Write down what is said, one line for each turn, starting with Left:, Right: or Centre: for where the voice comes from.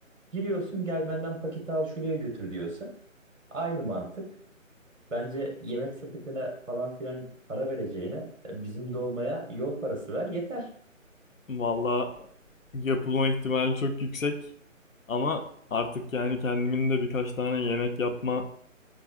Right: Giriyorsun gel benden paketi al şuraya götür diyorsun. Aynı mantık. Bence yemek sepetine falan filan para vereceğine e, bizim dolmaya yol parası ver yeter.
Left: vallahi yapılma ihtimali çok yüksek. Ama artık yani kendimin de birkaç tane yemek yapma